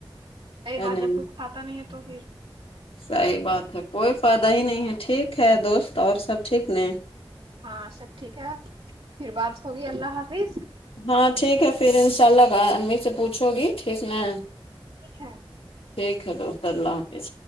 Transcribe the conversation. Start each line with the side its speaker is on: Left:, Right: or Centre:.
Left: ہے
Right: کوئی
Left: ہے
Right: بات
Left: نہیں
Right: جب کو پتہ نہیں ہے تو پھر
Left: صحیح بات ہے کوئی فائدہ ہی نہیں ہے ٹھیک ہے دوست اور سب ٹھیک نہیں
Right: ہاں سب ٹھیک ہے پھر بات ہوگی اللہ حافظ
Left: ہاں ٹھیک ہے پھر ان شاء اللہ ب امی سے پوچھو گی ٹھیک نہ
Right: ٹھیک ہے
Left: ٹھیک ہے تو اوکے اللہ حافظ